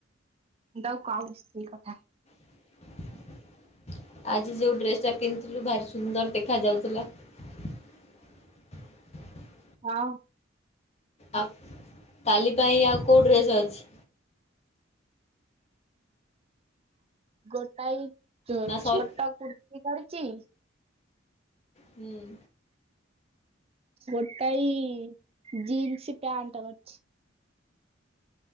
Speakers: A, on the right; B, on the left.
A: ମୁଁ ତାକୁ କହୁଚି ଆଉ ସେଇ କଥା।
B: <unintelligible> ଆଜି ଯେଉଁ ଡ୍ରେସଟା ପିନ୍ଧିଥିଲୁ ଭାରି ସୁନ୍ଦର ଦେଖାଯାଉଥିଲା। <unintelligible>
A: ହଁ।
B: ଆଉ କାଲି ପାଇଁ ଆଉ କୋଉ ଡ୍ରେସ୍ ଅଛି?
A: ଗୋଟାଳି ଛୋଟ
B: ନା ସରି
A: କୁର୍ କି କରିଚି
B: ହୁଁ
A: ଗୋଟାଇ ଜିନ୍ସି ପ୍ୟାଣ୍ଟ ଅଛି